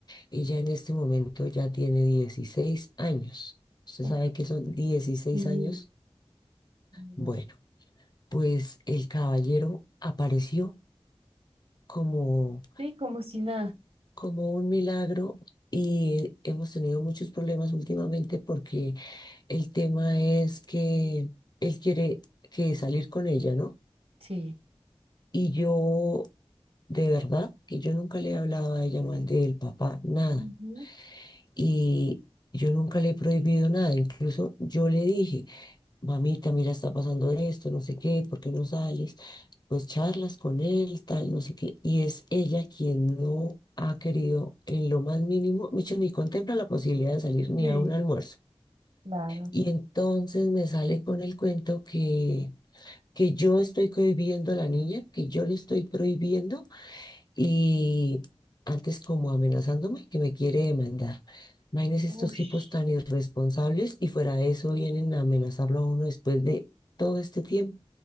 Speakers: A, on the left (about 45°); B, on the right (about 70°).
A: Ella en este momento ya tiene dieciséis años. ¿Usted
B: uf,
A: sabe que son dieciséis
B: sí,
A: años?
B: Dios.
A: Bueno, pues el caballero apareció. como
B: Sí, como si nada.
A: como un milagro y hemos tenido muchos problemas últimamente porque el tema es que él quiere que salir con ella, ¿no?
B: Sí.
A: Y yo, de verdad, que yo nunca le he hablado a ella mal del papá, nada.
B: Ujú,
A: Y yo nunca le he prohibido nada. Incluso yo le dije mamita, mira, está pasando esto, no sé qué, ¿por qué no sales? Pues charlas con él, tal, no sé qué. Y es ella quien no ha querido en lo más mínimo, mucho ni contempla la posibilidad de salir ni
B: Sí,
A: a un almuerzo.
B: claro.
A: Y entonces me sale con el cuento que, que yo estoy cohibiendo a la niña, que yo le estoy prohibiendo y antes como amenazándome que me quiere demandar. Imagínense estos
B: Ush.
A: tipos tan irresponsables y fuera de eso vienen a amenazarlo a uno después de todo este tiempo.